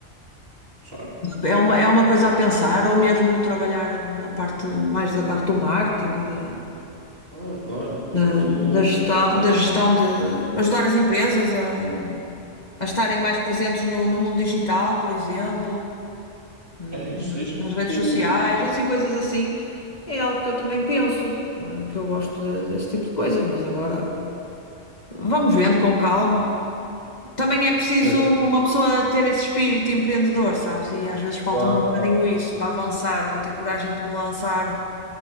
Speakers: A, on the right (about 55°); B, on the left (about 35°).
A: forçar.
B: É uma, é uma coisa a pensar, ou mesmo trabalhar na parte mais da parte do marketing, da,
A: Claro, claro. Tipo,
B: da, da gestão, da gestão de ajudar as empresas a, a estarem mais presentes no, no mundo digital, por exemplo, eh,
A: é isso, é isso.
B: nas redes
A: Tu...
B: sociais, assim, coisas assim. É algo que eu também penso, eh, que eu gosto de- desse tipo de coisas, mas agora vamos vendo com calma. Também é preciso
A: é,
B: uma pessoa ter esse espírito empreendedor, sabes? E às vezes falta-me
A: claro,
B: um bocadinho
A: claro, claro,
B: isso
A: claro.
B: para avançar, para ter coragem de me lançar